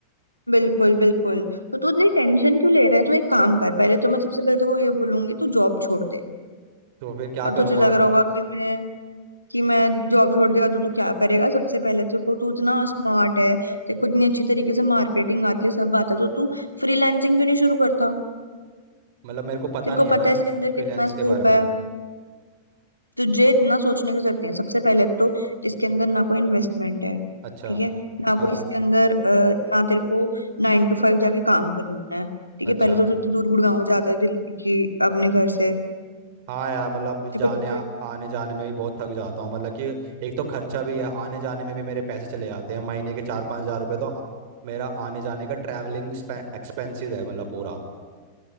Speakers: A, on the left (about 90°); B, on the right (about 50°).
A: बिल्कुल बिल्कुल तो तू इतनी टेंशन क्यों ले रहा है तू एक काम कर पहले तो मैं सबसे पहले तो ये बोलूंगी तू जॉब छोड़ दे
B: तो फिर क्या
A: अब
B: करूँगा
A: तुझे लग रहा होगा कि मैं कि मैं जॉब छोड़ देगा तो तू क्या करेगा सबसे पहले तेरे को तू इतना स्मार्ट है तेरे को इतनी अच्छी तरीके से मार्केटिंग आती है सब आता है तो तू फ्रीलांसिंग क्यों नहीं शुरू करता
B: मतलब मेरे को पता
A: तेरे
B: नहीं
A: को
B: है
A: पता
B: ना
A: है इसके
B: फ्रीलांस
A: अंदर कितना स्कोप
B: के बारे में
A: है तुझे
B: प-
A: इतना सोचने की जरूरत नहीं है सबसे पहले तो इसके अंदर ना कोई इन्वेस्टमेंट है
B: अच्छा
A: ठीक है ना
B: हाँ
A: कोई इसके अंदर अ, ना तेरे को नाइन टू फाइव जाके काम करना है ठीक
B: अच्छा
A: है पहले तो तू इतनी दूर गुड़गांव जाता है दिल्ली की अपने घर से
B: हाँ यार मतलब
A: तेरे
B: जाने
A: को पता
B: आ,
A: है
B: आने जाने में भी बहुत थक जाता हूँ मतलब कि एक तो खर्चा भी है आने जाने में भी मेरे पैसे चले जाते हैं महीने के चार पाँच हज़ार रुपये तो आ, मेरा आने जाने का ट्रैवलिंग एक्सपेंसेस है मतलब पूरा